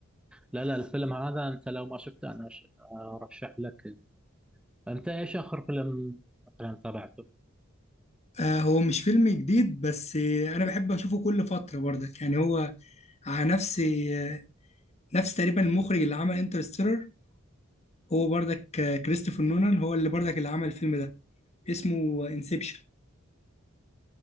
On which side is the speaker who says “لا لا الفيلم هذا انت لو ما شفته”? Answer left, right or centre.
Centre